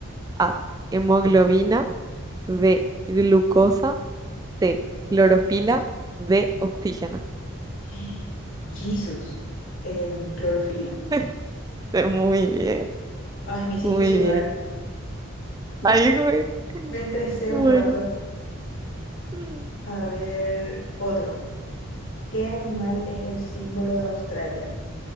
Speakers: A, on the right; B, on the left.
A: A. Hemoglobina. B. Glucosa. C. Clorofila. D. Oxígeno.
B: <gasps> Jesús. Em, clorofila.
A: <laughs> Muy bien,
B: Ay, me hiciste
A: muy
B: sudar.
A: bien.
B: Me
A: Ahí,
B: estre-
A: güey.
B: me estresé
A: Bueno.
B: un rato.
A: Mm,
B: A ver, otro. ¿Qué animal es el símbolo de Australia?